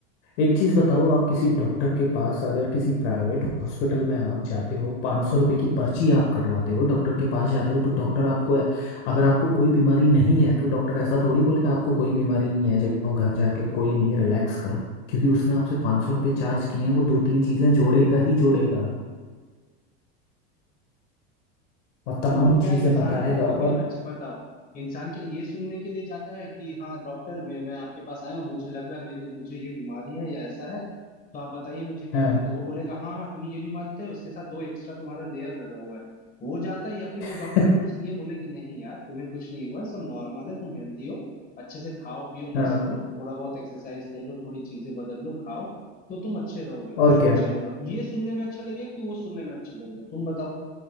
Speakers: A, on the left; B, on the left.
A: एक चीज बताओ आप किसी डॉक्टर के पास अगर किसी प्राइवेट हॉस्पिटल में आप जाते हो पाँच सौ रुपये की पर्ची आप कटवाते हो डॉक्टर के पास जाते हो तो डॉक्टर आपको अगर आपको कोई बीमारी नहीं है तो डॉक्टर ऐसा थोड़ी बोलेगा आपको कोई बीमारी नहीं है जाओ घर जाके कोई नहीं रिलैक्स करो क्योंकि उसने आपसे पाँच सौ रुपये चार्ज किए हैं वो दो तीन चीजें जोड़ेगा ही जोड़ेगा और
B: अरे
A: तमाम
B: तो क्या
A: चीजें
B: इंसान
A: बताएगा
B: को
A: और
B: कभी अच्छा बताओ इंसान क्या ये सुनने के लिए जाता है कि हाँ डॉक्टर मैं मैं आपके पास आया हूँ मुझे लग रहा है मेरे मुझे ये बीमारी है या ऐसा है तो आप बताइए मुझे क्या
A: हाँ
B: है तो वो बोलेगा हाँ हाँ तुम्हें ये बीमारी तो है उसके साथ दो एक्स्ट्रा तुम्हारा लेयर लगा हुआ है वो जाता है या फिर वो
A: <laughs>
B: डॉक्टर अगर उसे ये बोले कि नहीं यार तुम्हें कुछ नहीं हुआ है, सब नॉर्मल है तुम हेल्दी हो अच्छे से खाओ पियो
A: हाँ
B: मस्त रहो थोड़ा बहुत एक्सरसाइज कर लो थोड़ी चीजें बदल लो खाओ तो तुम अच्छे रहोगे
A: और
B: सब
A: क्या
B: अच्छा लगेगा ये सुनने में अच्छा लगेगा कि वो सुनने में अच्छा लगेगा तुम बताओ